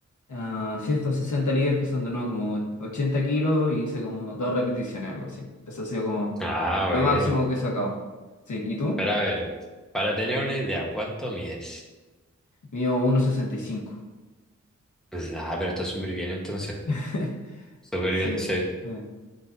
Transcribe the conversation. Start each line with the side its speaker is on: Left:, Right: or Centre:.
Left: ah, 160 libras que son de nuevo como 80 kilos y hice como dos repeticiones, algo así. Eso ha sido como
Centre: Ah,
Left: lo
Centre: bueno.
Left: máximo que he sacado. Sí, ¿y tú?
Centre: Pero a ver, para tener una idea, ¿cuánto mides?
Left: Mío uno coma sesenta y cinco
Centre: Pues, ah, pero está súper bien entonces.
Left: <laughs>
Centre: Súper
Left: Sí.
Centre: bien, sí.
Left: Eh,